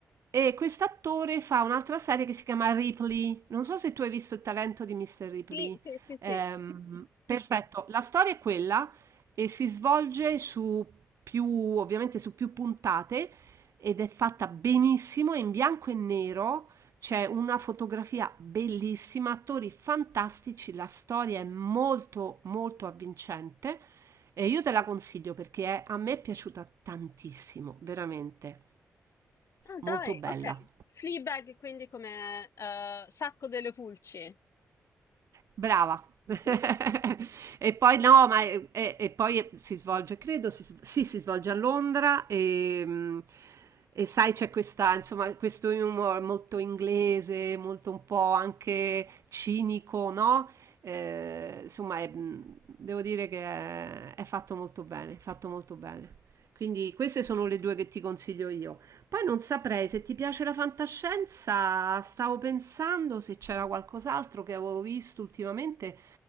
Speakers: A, on the right; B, on the left.
A: e quest'attore fa un'altra serie che si chiama Ripley. Non so se tu hai visto il talento di Mr. Ripley.
B: Sì, sì, sì, sì.
A: Ehm, perfetto, la storia è quella e si svolge su più, ovviamente su più puntate ed è fatta benissimo è in bianco e nero c'è una fotografia bellissima, attori fantastici, la storia è molto molto avvincente e io te la consiglio perché è- a me è piaciuta tantissimo, veramente
B: Ah dai,
A: molto bella.
B: ok. Fleabag quindi come eh, Sacco delle Pulci.
A: Brava. <laughs>
B: Mm.
A: E poi no, ma e, e- e poi eh, si svolge, credo, si, s- sì, si svolge a Londra e, mm, e sai c'è questa, insomma, questo humor molto inglese, molto un po' anche cinico, no? Eh, insomma, è, mm, devo dire che è, è fatto molto bene, fatto molto bene. Quindi queste sono le due che ti consiglio io. Poi non saprei se ti piace la fantascienza, stavo pensando se c'era qualcos'altro che avevo visto ultimamente,